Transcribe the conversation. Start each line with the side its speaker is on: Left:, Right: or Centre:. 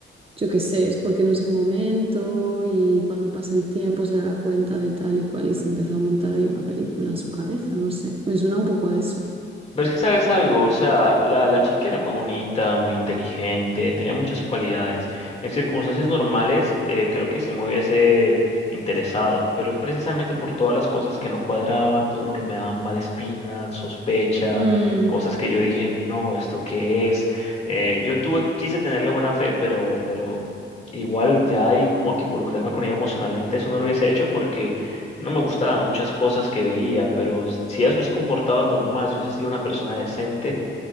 Right: yo qué sé, es porque no es el momento y cuando pase el tiempo se dará cuenta de tal y cual y se empezó a montar ahí una película en su cabeza, no sé, me suena un poco a eso.
Left: Ves que sabes algo, o sea, la, la chica era muy bonita, muy inteligente, tenía muchas cualidades. En circunstancias normales, eh, creo que sí me hubiese interesado, pero es precisamente por todas las cosas que no cuadraban, todo lo que me daban mala espina, sospecha,
Right: Mm,
Left: cosas que yo dije, no, ¿esto qué es? Eh, yo tuve, quise tenerle buena fe, pero, pero igual ya ahí como que involucrarme con ella emocionalmente, eso no lo hubiese hecho porque no me gustaban muchas cosas que veía, pero s- si ella se hubiese comportado normal, si hubiese sido una persona decente,